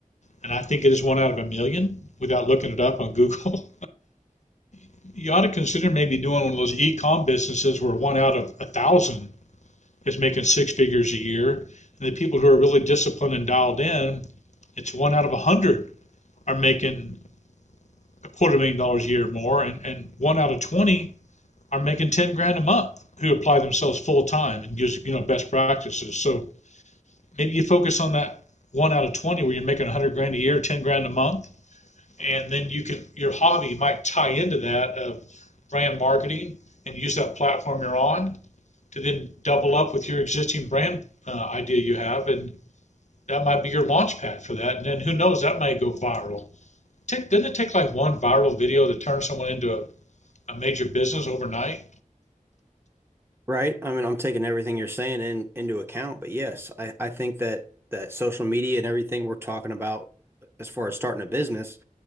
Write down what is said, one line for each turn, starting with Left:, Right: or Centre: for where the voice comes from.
Left: and I think it is one out of a million without looking it up on Google. <laughs> you ought to consider maybe doing one of those e-com businesses where one out of a thousand is making six figures a year. And the people who are really disciplined and dialed in, it's one out of a hundred are making a quarter million dollars a year or more, and, and one out of twenty are making ten grand a month who apply themselves full time and gives you know best practices. So maybe you focus on that one out of twenty where you're making a hundred grand a year, ten grand a month, and then you can your hobby might tie into that of brand marketing and use that platform you're on to then double up with your existing brand uh, idea you have and that might be your launch pad for that. And then who knows, that may go viral. Take, didn't it take like one viral video to turn someone into a, a major business overnight?
Right: Right. I mean, I'm taking everything you're saying in into account, but yes, I, I think that that social media and everything we're talking about as far as starting a business,